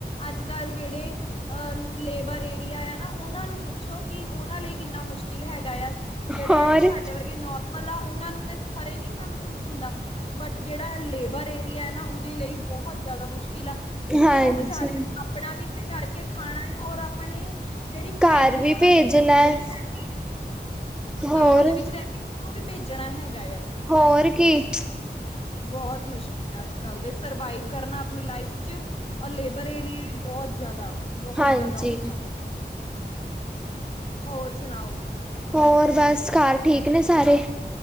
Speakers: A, on the left; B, in the centre.
A: ਅੱਜ- ਕੱਲ ਜਿਹੜੇ ਅ ਲੇਬਰ ਏਰੀਆ ਆ ਨਾ ਉਹਨਾਂ ਨੂੰ ਪੁੱ ਪੁੱਛੋ ਕਿ, ਉਹਨਾਂ ਲਈ ਕਿੰਨਾ ਮੁਸ਼ਕਿਲ ਹੈਗਾ ਆ, ਜਿਹੜੇ
B: ਹੋਰ
A: ਸਾਡੇ ਵਰਗੇ ਨਾਰ ਮਲ, ਉਹਨਾਂ ਨੂੰ ਤੇ ਖਰੇ ਇੰਨਾ, ਮਹਿਸੂਸ ਹੁੰਦਾ ਬਟ, ਜਿਹੜਾ ਲੇਬਰ ਏਰੀਆ ਨਾ, ਉਹਦੇ ਲਈ ਬਹੁਤ ਜ਼ਿਆਦਾ ਮੁਸ਼ਕਿਲ ਆ। ਕਿਉਂਕਿ,
B: ਹਾਂਜੀ
A: ਉਹ ਵਿਚਾਰਿਆਂ ਨੇ, ਆਪਣਾ ਵੀ ਇੱਥੇ ਕਰਕੇ ਖਾਣਾ ਆ ਔਰ ਆਪਣੇ ਜਿਹੜੀ,
B: ਘਰ
A: ਫੈਮਿਲੀ
B: ਵੀ
A: ਉਹਨਾਂ
B: ਭੇਜਣਾ
A: ਦੀ <unintelligible>
B: ਹੈ। ਹੋਰ
A: ਗਾਂਔ ਦੇ ਵਿੱਚ ਰੈਂਦੀ ਔਨੂੰ ਵੀ ਭੇਜਣਾ ਹੈਗਾ ਏਆ।
B: ਹੋਰ ਕੀ।
A: ਬੋਹੋਤ ਮੁਸ਼ਕਿਲ ਐ ਅੱਜ ਕੱਲ ਦੇ ਸਰਵਾਈਵ ਕਰਨਾ ਅਪਣੀ ਲਾਈਫ 'ਚ ਔਰ ਲੇਬਰ ਏਰੀਏ ਬੋਹੋਤ ਜ਼ਿਆਦਾ, ਬੋਹੋਤ
B: ਹਾਂਜੀ
A: ਜ਼ਿਆਦਾ ਔਖਾ ਏ। ਹੋਰ ਸੁਣਾਔ।
B: ਹੋਰ ਬਸ, ਘਰ ਠੀਕ ਨੇ ਸਾਰੇ?